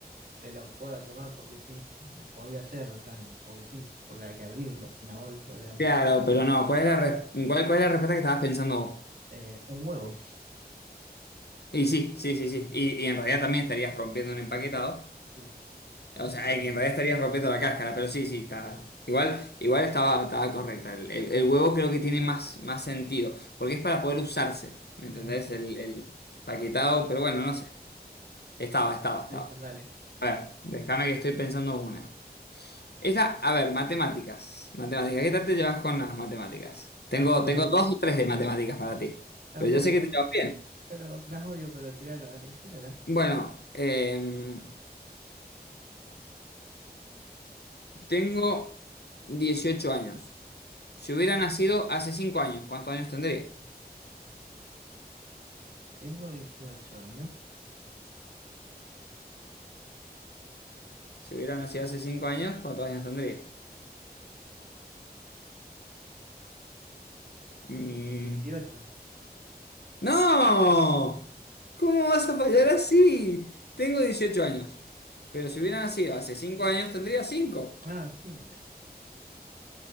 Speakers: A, on the right; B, on the left.
A: te lo puedo tomar porque sí, podría ser, o sea, porque sí, porque hay que abrirlo, una bolsa, digamos.
B: claro,
A: Sí.
B: pero no, ¿cuál es la, res- cuál, cuál es la respuesta que estabas pensando vos?
A: Eh, un huevo,
B: Y sí, sí, sí, sí, y, y en realidad también estarías rompiendo un empaquetado.
A: sí, así
B: O sea,
A: que bueno.
B: en realidad estarías rompiendo la cáscara, pero sí, sí, está. Igual, igual estaba, estaba correcta. El, el- el huevo creo que tiene más, más sentido, porque es para poder usarse, ¿me entendés?
A: Ujú,
B: El, el paquetado, pero bueno, no sé. Estaba, estaba, estaba.
A: Listo, dale.
B: A ver, déjame que estoy pensando una. Esta, a ver, matemáticas. Matemáticas, ¿qué tal te llevas con las matemáticas? Tengo,
A: Las odio,
B: tengo dos o tres de matemáticas para ti,
A: las
B: pero
A: odio,
B: yo sé que te llevas bien.
A: pero las odio, pero tírala, dale, tírala.
B: Bueno, em, tengo 18 años. Si hubiera nacido hace cinco años, ¿cuántos años tendría?
A: Tengo dieciocho años.
B: Si hubiera nacido hace cinco años, ¿cuántos años tendría? Mm.
A: dieciocho
B: ¡No! ¿Cómo vas a fallar así? Tengo 18 años. Pero si hubiera nacido hace cinco años, tendría cinco.
A: Ah, sí.